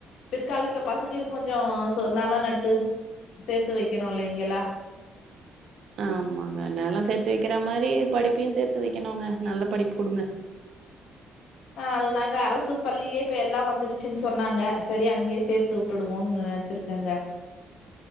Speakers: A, on the left; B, on the right.
A: பிற்காலத்துல பசங்களுக்கு கொஞ்சோ சோ நல நட்டு சேத்து வெக்கணு இல்லைங்கலா
B: ஆமாங்க நெல சேத்து வெக்கிற மாரி படிப்பையு சேத்து வெக்கணுங்க நல்ல படிப்பு குடுங்க
A: ஆ அதுதாங்க அரசு பள்ளிலயே இப்ப எல்லா வந்துடுச்சுன் சொன்னாங்க சேரி அங்கயே சேத் து வுட்டுடுவோன் நெனச்சிருக்கேங்க